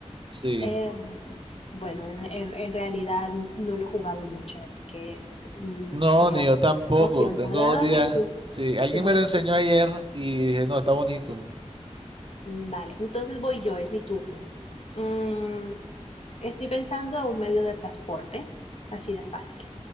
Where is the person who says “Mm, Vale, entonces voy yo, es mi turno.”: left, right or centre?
Left